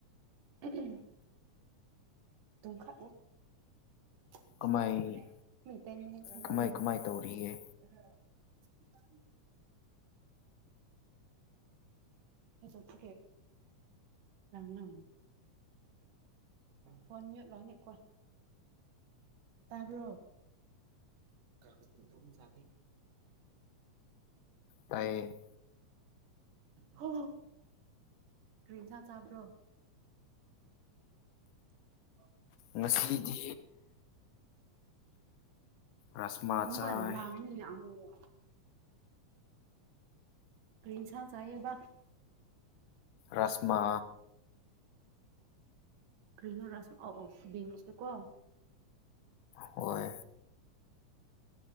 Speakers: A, on the right (about 85°); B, on the left (about 80°).
A: ꯎꯝ ꯝꯈꯥꯗ
B: ꯀꯃꯥꯏ
A: ꯀ
B: ꯀꯃꯥꯏ ꯀꯃꯥꯏ ꯇꯧꯔꯤꯒꯦ
A: ꯍ ꯑ ꯆ ꯊꯀꯦ ꯔꯝꯅꯥ ꯐꯣꯟꯃꯤ ꯂꯅꯤꯀꯣ ꯇꯥꯕ꯭ꯔꯣ ꯀ ꯆ
B: ꯇꯌꯦ
A: ꯍ ꯀꯔꯤꯟꯁꯥ ꯆꯥꯕ꯭ꯔꯣ <unintelligible>
B: ꯉꯁꯤꯗꯤ ꯔꯥꯁꯃꯥ
A: ꯅꯨꯡꯉꯥꯏꯔꯝ
B: ꯆꯥꯏ
A: ꯂꯥꯡꯅꯤ ꯑꯃꯨꯛ ꯀ꯭ꯔꯤꯟꯁꯥ ꯆꯌꯦꯕ
B: ꯔꯥꯁꯃ
A: ꯀꯔꯤ ꯔꯥꯁ ꯑ ꯑꯣ ꯕꯤꯝꯁꯇꯨ ꯀꯣ
B: ꯍꯣꯏ